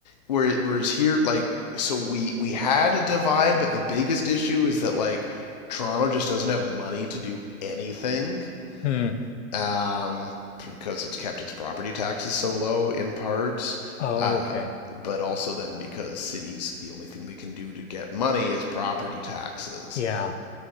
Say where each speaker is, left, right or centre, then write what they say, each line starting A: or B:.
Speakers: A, on the left (about 30°); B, on the left (about 55°).
A: Whereas, whereas here, like, so we we had a divide, but the biggest issue is that like Toronto just doesn't have money to do anything
B: Hmm.
A: um, because it's kept its property taxes so low in part,
B: Oh,
A: uh,
B: okay.
A: but also then because cities the only thing they can do to get money is property taxes.
B: Yeah.